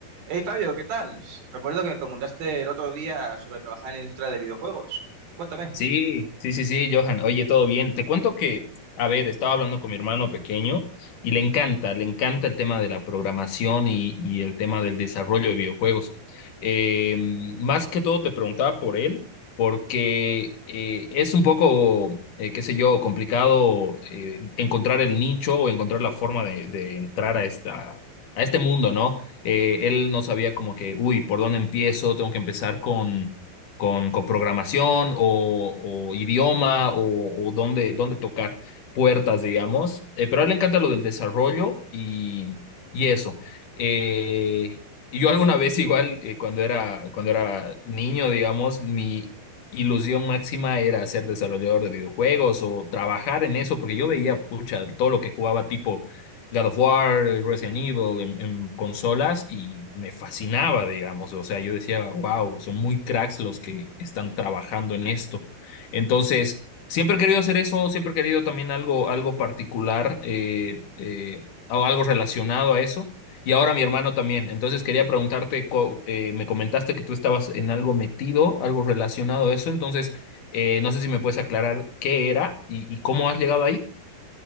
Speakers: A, on the right (about 70°); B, on the left (about 60°).
A: Hey Fabio, ¿qué tal? Recuerdo que me preguntaste el otro día sobre trabajar en la industria de videojuegos. Cuéntame.
B: Sí, sí, sí, sí, Johan. Oye, todo bien. Te cuento que, a ver, estaba hablando con mi hermano pequeño y le encanta, le encanta el tema de la programación y, y el tema del desarrollo de videojuegos. Eh, más que todo te preguntaba por él, porque eh, es un poco, eh, qué sé yo, complicado eh, encontrar el nicho o encontrar la forma de, de entrar a esta, a este mundo, ¿no? Eh, él no sabía como que, uy, ¿por dónde empiezo? Tengo que empezar con con, con programación o, o idioma o, o dónde, dónde tocar puertas, digamos. Eh, pero a él le encanta lo del desarrollo y, y eso. Eh, y yo alguna vez igual, eh, cuando era, cuando era niño, digamos, mi ilusión máxima era ser desarrollador de videojuegos o trabajar en eso, porque yo veía, pucha, todo lo que jugaba tipo God of War, Resident Evil en, en consolas y me fascinaba, digamos. O sea, yo decía, wow, son muy cracks los que están trabajando en esto. Entonces, siempre he querido hacer eso, siempre he querido también algo, algo particular eh, eh, o algo relacionado a eso. Y ahora mi hermano también. Entonces quería preguntarte, co- eh, me comentaste que tú estabas en algo metido, algo relacionado a eso. Entonces, eh, no sé si me puedes aclarar qué era y, y cómo has llegado ahí.